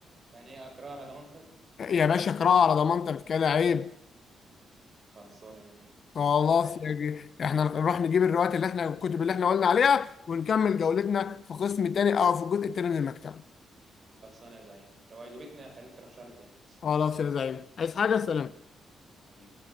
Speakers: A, on the right (about 40°); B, on the left (about 50°).
A: يعني ايه اكرهها على ضمانتك
B: يا باشا قراءة على ضمانتك كده عيب
A: خلصانه ماشي
B: خلاص
A: هشوف
B: يا جي. احنا نروح نجيب الروايات اللي احنا الكتب اللي احنا قلنا عليها ونكمل جولتنا في قسم تاني او في الجزء التاني من المكتبة
A: خلصانه يا زعيم لو عجبتني هخليك ترشح لي تاني
B: خلاص يا زعيم عايز حاجة سلام
A: حبيبي